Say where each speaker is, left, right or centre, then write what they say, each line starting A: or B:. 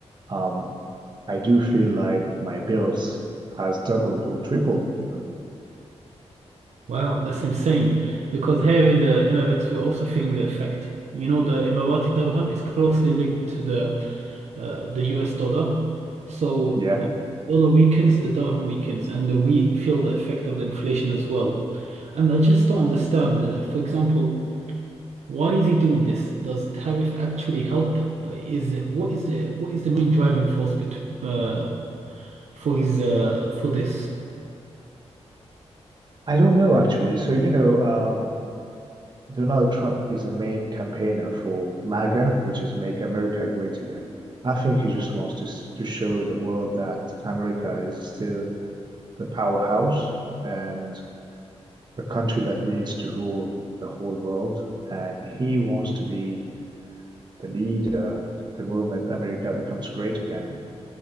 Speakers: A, on the right; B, on the right.
A: um, I do feel like my bills has doubled or tripled even.
B: Wow, that's insane. Because here in the Emirates, we're also feeling the effect. You know, the Emirati dirham is closely linked to the uh, the US dollar. So
A: Yeah.
B: when dollar weakens, the dirham weakens, and uh, we feel the effect of the inflation as well. And I just don't understand. Uh, for example, why is he doing this? Does tariff actually help? Uh, is it- what is the what is the main driving force bet uh, for his uh, for this?
A: I don't know actually. So, you know, um, Donald Trump is a main campaigner for MAGA, which is Make America Great Again. I think he just wants to s- to show the world that America is still the powerhouse and the country that needs to rule the whole world. And he wants to be the leader at the moment America becomes great again.